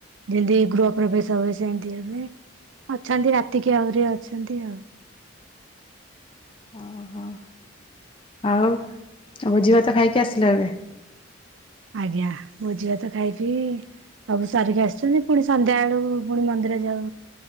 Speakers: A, on the right; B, on the left.
A: ଯେମିତି ଗୃହ ପ୍ରବେଶ ହୁଏ ସେମିତି ହେବେ ଅଛନ୍ତି ରାତିକି ଆହୁରି ଅଛି। ଏମିତି ଆଉ।
B: ଓହୋଃ ଆଉ ଭୋଜି ଭାତ ଖାଇକି ଆସିଲା ଏବେ?
A: ଆଜ୍ଞା, ଭୋଜି ଭାତ ଖାଇ ପିଇ ସବୁ ସାରିକି ଆସିଛନ୍ତି ପୁଣି ସନ୍ଧ୍ୟା ବେଳକୁ ପୁଣି ମନ୍ଦିର ଯାଉ